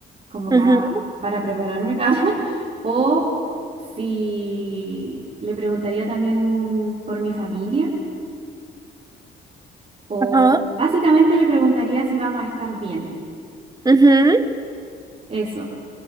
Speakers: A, on the right; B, on the right.
A: como
B: Ujú,
A: pa- para prepararme, <laughs> o si le preguntaría también por mi familia, o
B: ajá,
A: básicamente le preguntaría si vamos a estar bien.
B: ujú.
A: Eso.